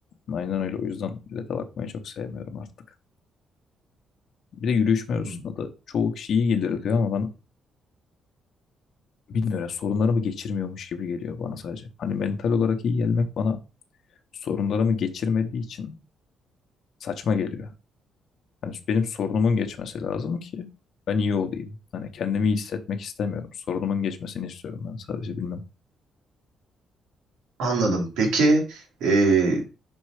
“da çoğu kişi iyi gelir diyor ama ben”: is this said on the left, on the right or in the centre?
Left